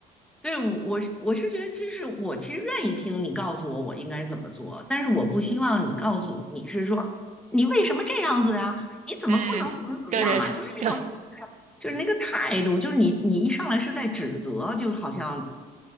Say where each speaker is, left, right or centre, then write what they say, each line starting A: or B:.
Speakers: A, in the centre; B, on the right (about 45°).
A: 对，我我是我是觉得，其实我其实愿意听你告诉我我应该怎么做，但是我不希望你告诉你是说你为什么这样子啊？你怎么不能怎么怎么样啊？
B: 嗯，对对对，
A: 就是那种就是那个态度，就是你你一上来是在指责，就好像